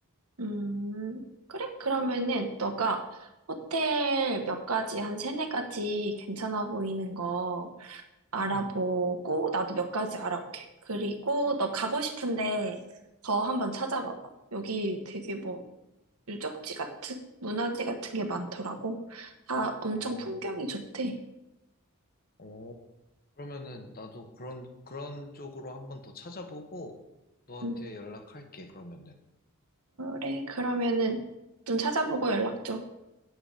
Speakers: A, on the right; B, on the left.
A: 음, 그래? 그러면은 너가 호텔 몇 가지, 한 세네 가지 괜찮아 보이는 거 알아보고
B: 응.
A: 나도 몇 가지 알아볼게. 그리고 너 가고 싶은데 더 한번 찾아봐봐. 여기 되게 뭐 유적지 같은, 문화재 같은 게 많더라고. 다 엄청
B: 어,
A: 풍경이 좋대.
B: 어. 그러면은 나도 그런, 그런 쪽으로 한번 더 찾아보고, 너한테
A: 응,
B: 연락할게, 그러면은.
A: 그래. 그러면은 좀 찾아보고 연락 줘.